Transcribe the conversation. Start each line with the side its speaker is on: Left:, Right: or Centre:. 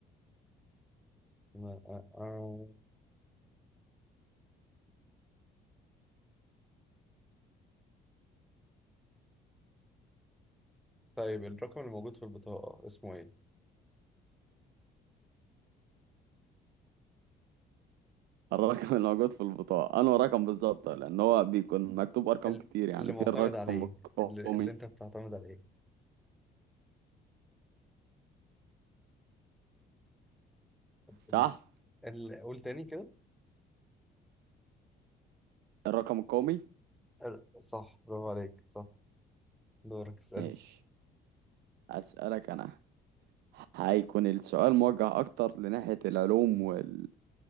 Centre: ما- آه، آه. طيب الرقم اللي موجود في البطاقة اسمه إيه؟
Right: الرقم اللي موجود في البطاقة انه رقم بالظبط لان هو بيكون مكتوب ارقام
Centre: ال-
Right: كتير يعني
Centre: اللي معتمد
Right: في الرقم
Centre: عليه
Right: القومي
Centre: اللي, اللي أنت بتعتمد عليه ال-
Right: صح
Centre: ال- قول تاني كده
Right: الرقم القومي
Centre: ال- صح برافو عليك صح دورك اسألني
Right: ماشي اسألك انا هيكون السؤال موجه اكتر لناحية العلوم والعلوم